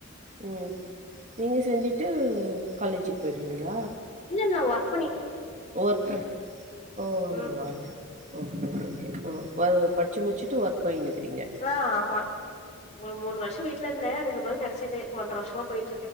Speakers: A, on the right (about 35°); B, on the left (about 30°).
A: உம் நீங்க செஞ்சுட்டு காலேஜக்கு போயிடுவீங்களா
B: இல்லன்ன வர்க
A: ஒர்க ஓ ஆமாவா
B: ம்
A: ஓகே ஓகே ம் பா டிச்சி முச்சுட்டு வ போய் நிக்கிறீங்க
B: ஆ ஆமா ஒரு மூணு வருஷ வீடல இருந்த அதுக்குப்புற கிச்சது ஒனன்றா வருஷமா போயிட்டு